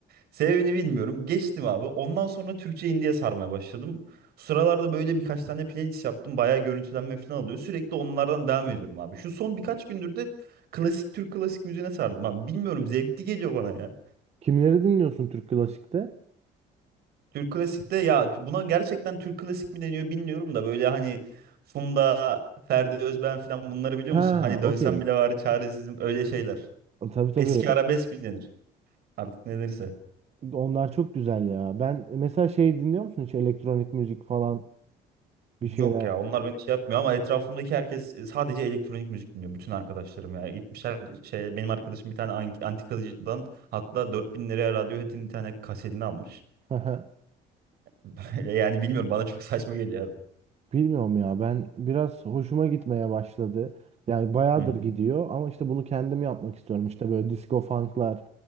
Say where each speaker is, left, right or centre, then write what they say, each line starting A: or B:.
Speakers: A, on the right; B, on the right.
A: Sebebini bilmiyorum. Geçtim abi. Ondan sonra Türkçe indie'ye sarmaya başladım. Sıralarda böyle birkaç tane playlist yaptım. Bayağı görüntülenme falan alıyor. Sürekli onlardan devam ediyorum abi. Şu son birkaç gündür de klasik Türk klasik müziğine sardım abi. Bilmiyorum zevkli geliyor bana ya.
B: Kimleri dinliyorsun Türk klasikte?
A: Türk klasikte ya buna gerçekten Türk klasik mi deniyor bilmiyorum da böyle hani Funda, Ferdi Özben falan bunları biliyor
B: Ha,
A: musun? Hani dönsem
B: okey.
A: bile var çaresizim öyle şeyler.
B: Tabii tabii.
A: Eski arabesk mi denir? Artık ne denirse.
B: Onlar çok güzel ya. Ben mesela şey dinliyor musun hiç elektronik müzik falan bir
A: Yok
B: şeyler?
A: ya onlar beni şey yapmıyor ama etrafımdaki herkes sadece elektronik müzik dinliyor. Bütün arkadaşlarım ya. Gitmişler şey benim arkadaşım bir tane an- antikacıdan hatta 4000 liraya Radiohead'in bir tane kasetini almış.
B: <laughs>
A: <laughs> Böyle Yani bilmiyorum bana çok saçma geliyor abi.
B: Bilmiyorum ya ben biraz hoşuma gitmeye başladı. Yani bayağıdır
A: Hı hı.
B: gidiyor ama işte bunu kendim yapmak istiyorum. İşte böyle disco funk'lar,